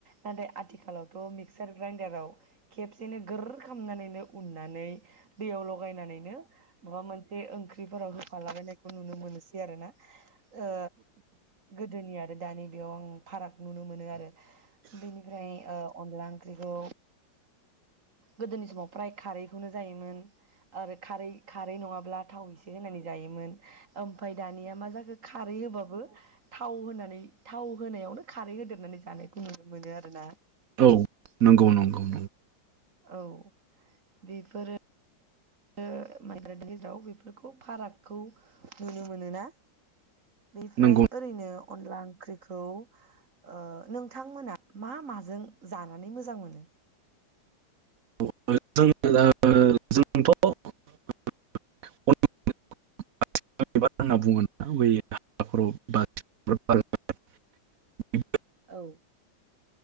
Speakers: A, on the right (about 40°); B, on the right (about 60°).
A: नाथाय आथिखालावथ' मिक्सार ग्राइडाराव खेब सेनो गोर खालामनानैनो उननानै दैयाव लगायनानैनो माबा मोनसे ओंख्रिफोराव होफालाबायनाय नुनो मोनोसै आरोना ओ गोदोनि आरो दानि बेयाव आं। फाराग नुनो मोनो आरो बेनिफ्राय ओ अनला ओंख्रिखौ। गोदोनि समाव फ्राय खारैखौनो जायोमोन आरो खारै खारै नङाब्ला थाव एसे होनानै जायोमोन ओमफ्राय दानिया मा जाखो खारै होबाबो थाव होनानै थाव। होनायावनो खारै होदेरनानै जानायखौ नुनो मोनो आरोना।
B: औ नंगौ नंगौ नंगौ
A: औ बेफोरो। ओ माइग्रानि गेजेराव बेफोरखौ फारागखौ नुनो मोनोना। बेफ्राय
B: नंगौ।
A: ओरैनो अनला ओंख्रि। खौ ओ नोंथांमोना मा माजों जानानै मोजां मोनो।
B: <unintelligible>
A: औ।